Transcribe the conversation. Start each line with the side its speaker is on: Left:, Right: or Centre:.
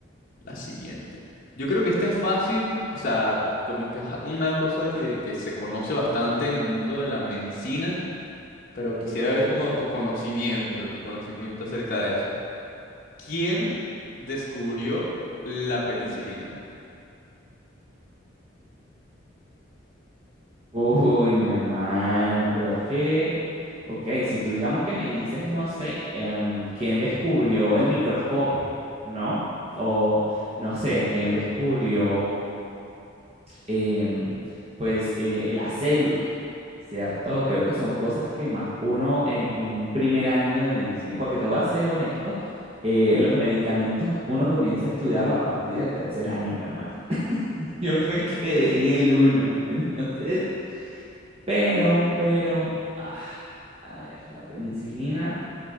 Left: la siguiente. Yo creo que esta es fácil, o sea, como que es una cosa que, que se conoce bastante en el mundo de la medicina, pero quisiera ver como tu conocimiento, tu conocimiento acerca de eso. ¿Quién descubrió la penicilina?
Right: Uy, mi hermano, pero es que, ok, si tú digamos que me dices, no sé, em, ¿quién descubrió el microscopio? ¿No? O no sé, ¿quién descubrió em, pues eh, la célula, ¿cierto? Creo que son cosas que más uno en, en un primer año de medicina, porque te voy a ser honesto, eh, los medicamentos uno comienza a estudiarlo a partir del tercer año, mi hermano. <laughs> Yo
Left: <laughs>
Right: me quedé en el uno, <laughs> entonces, pero, pero, ah, a ver, la penicilina.